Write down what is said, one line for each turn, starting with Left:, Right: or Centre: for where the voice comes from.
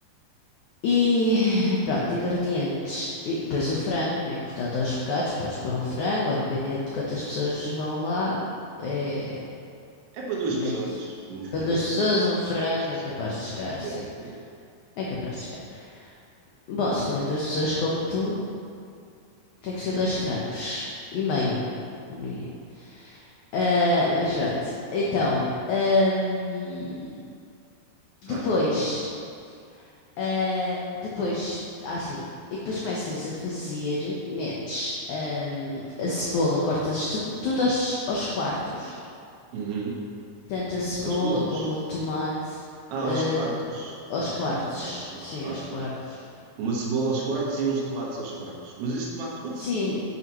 Left: E <laughs> pronto, ingredientes. E depois o frango, né? Cortado aos bocados. Podes pôr um frango, ou dependendo de quantas pessoas vão lá. É,
Right: É para duas
Left: metes
Right: pessoas. Um
Left: para
Right: frango
Left: duas
Right: é
Left: pessoas,
Right: capaz de ser
Left: um frango
Right: mais que,
Left: é capaz
Right: su- mais
Left: de chegar,
Right: que suficiente.
Left: sim.
Right: Sim.
Left: É capaz de chegar. Bom, se forem duas pessoas como tu, tem que ser dois francos e meio, no mínimo. Ah, mas pronto, então, ahm,
Right: Ah,
Left: depois, ah, depois, ah, assim, e depois começas a fazer, metes, ahm, a cebola, cortas tudo, tudo aos, aos quartos,
Right: uhum.
Left: tanto a cebola
Right: Aos cubos.
Left: como o tomate,
Right: Ah,
Left: ah,
Right: aos quartos.
Left: aos
Right: Ok,
Left: quartos,
Right: ok. ok, Aos
Left: sim,
Right: quartos.
Left: aos quartos.
Right: Uma cebola aos quartos e uns tomates aos quartos. Mas esse tomate, quantos,
Left: Sim,